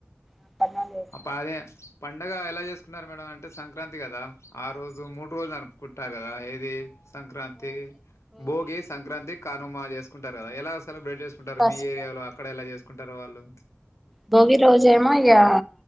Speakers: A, in the centre; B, on the left.
A: అప్ అండ్ డౌన్ చేశాను
B: ప్ప అదే పండగ ఎలా చేసుకున్నారు మేడం అంటే సంక్రాంతి కదా ఆ రోజు మూడు రోజులు జరుపుకుంటారు కదా ఏది సంక్రాంతి భోగి సంక్రాంతి కనుమా చేసుకుంటారు కదా ఎలా సెలబ్రేట్ చేకుంటారు
A: ఫస్ట్
B: మీ ఏరియాలో అక్కడ ఎలా చేస్ కుంటారు వాళ్ళు
A: భోగి రోజేమో ఇగా